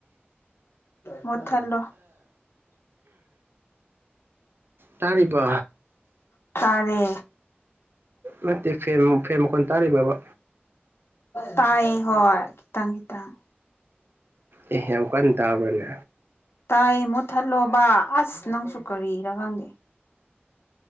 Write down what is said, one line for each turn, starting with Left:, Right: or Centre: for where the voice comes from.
Left: ꯃꯣꯊꯠꯂꯣ
Right: ꯇꯥꯔꯤꯕꯣ
Left: ꯇꯥꯔꯦ
Right: ꯅꯠꯇꯦ ꯐꯦꯟ ꯐꯦꯟ ꯃꯈꯣꯟ ꯇꯥꯔꯤꯕꯕ
Left: ꯇꯥꯏꯌꯦ ꯍꯣꯏ ꯈꯤꯇꯪ ꯈꯤꯇꯪ
Right: ꯑꯦ ꯌꯥꯝ ꯀꯟꯅ ꯇꯥꯕꯅꯦ
Left: ꯇꯥꯏ ꯃꯨꯠꯊꯠꯂꯣꯕ ꯑꯁ ꯅꯪꯁꯨ ꯀꯔꯤꯔ ꯈꯪꯒꯦ